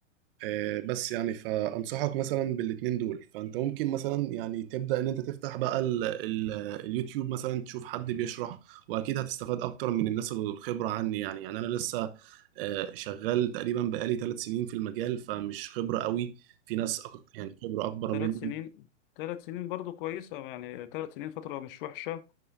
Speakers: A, on the right; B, on the left.
A: آه، بس يعني فأنصحك مثلا بالاتنين دول فأنت ممكن مثلا يعني تبدأ إن أنت تفتح بقى ال ال اليوتيوب مثلا تشوف حد بيشرح وأكيد هتستفاد أكتر من الناس الخبرة عني يعني يعني أنا لسه آه، شغال تقريبا بقالي ثلاث سنين في المجال فمش خبرة قوي في ناس أك يعني خبرة أكبر
B: ثلاث
A: مني
B: سنين ثلاث سنين برضو كويسة يعني ثلاث سنين فترة مش وحشة